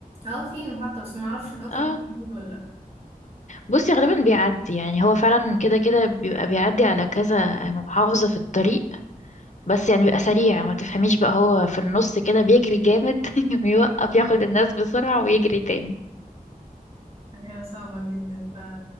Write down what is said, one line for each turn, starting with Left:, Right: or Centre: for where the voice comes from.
Right: اه في محطة بس معرفش القطر
Left: اه
Right: ده موجود ولا لأ
Left: بصي غالبا بيعدي يعني هو فعلا كده كده بيبقى بيعدي على كذا محافظة في الطريق بس يعني بيبقى سريع ما تفهميش بقى هو في النص كده بيجري جامد <laughs> ويوقف ياخد الناس بسرعة ويجري تاني
Right: هي صعبة جدا ف